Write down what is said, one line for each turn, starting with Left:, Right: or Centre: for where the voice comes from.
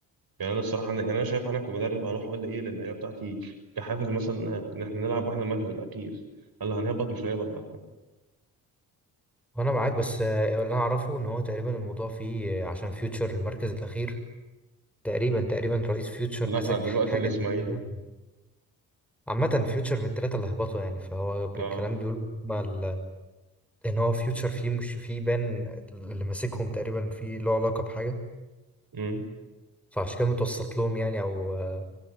Right: يعني انا الصراحه انا يعني انا شايف انا كمدرب هروح اقول ايه للعيبه بتاعتي كحافز مثلا ان احنا نلعب واحنا المركز الاخير قال لي هنهبط مش هنهبط على فكره
Centre: وانا معاك بس آه، اللي اعرفه ان هو تقريبا الموضوع فيه آه، عشان فيوتشر المركز الاخير تقريبا تقريبا رئيس فيوتشر
Right: لا
Centre: ماسك
Right: دلوقتي
Centre: حاجه
Right: الاسماعيلي
Centre: تقريبا عامه فيوتشر من الثلاثه اللي هبطوا يعني فهو بالكلام
Right: اه
Centre: بيقولوا هما ال- ان هو فيوتشر فيه مش فيه بان اللي ماسكهم تقريبا فيه له علاقه بحاجه
Right: امم
Centre: فعشان كده متوسط لهم يعني او آه،